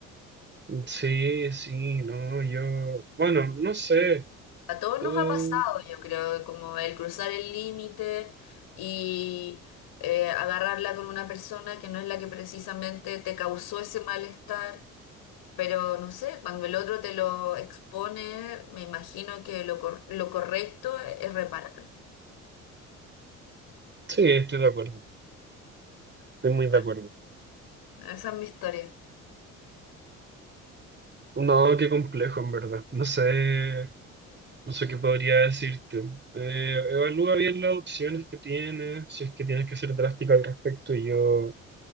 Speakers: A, on the right; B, on the left.
A: sí, sí, no, yo, bueno, no sé.
B: A todos
A: eh,
B: nos ha pasado, yo creo, como el cruzar el límite y eh, agarrarla con una persona que no es la que precisamente te causó ese malestar. Pero no sé, cuando el otro te lo expone, me imagino que lo, cor- lo correcto es reparar.
A: sí, estoy de acuerdo, estoy muy
B: Bueno,
A: de acuerdo.
B: esa es mi historia.
A: No, qué complejo, en verdad. No sé, no sé qué podría decirte. Eh, evalúa bien las opciones que tienes, si es que tienes que ser drástico al respecto, y yo